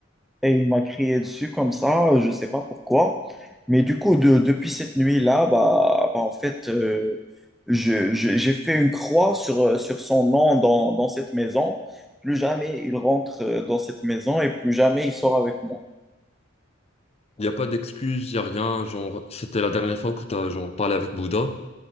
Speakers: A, in the centre; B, on the left (about 30°).
A: et il m'a crié dessus comme ça, je ne sais pas pourquoi. Mais du coup, de- depuis cette nuit-là, bah, bah, en fait, euh, je- je- j'ai fait une croix sur, euh, sur son nom dans, dans cette maison. Plus jamais il rentre euh, dans cette maison et plus jamais il sort avec moi.
B: Il n'y a pas d'excuse, il n'y a rien, genre, c'était la dernière fois que t'as genre, parlé avec Bouddha,